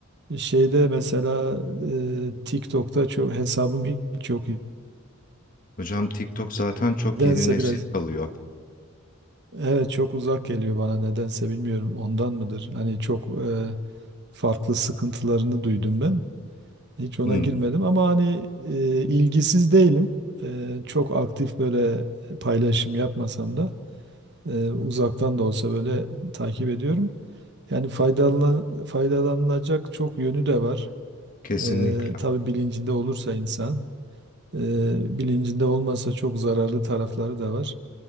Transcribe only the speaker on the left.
Hocam TikTok zaten çok
yeni nesil
kalıyor.
Hı,
kesinlikle.